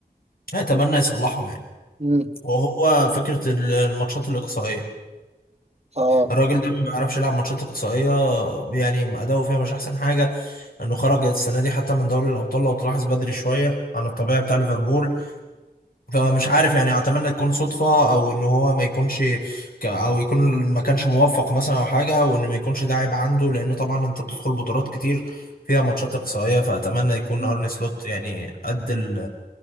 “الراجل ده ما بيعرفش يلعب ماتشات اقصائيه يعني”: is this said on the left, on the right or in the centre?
Left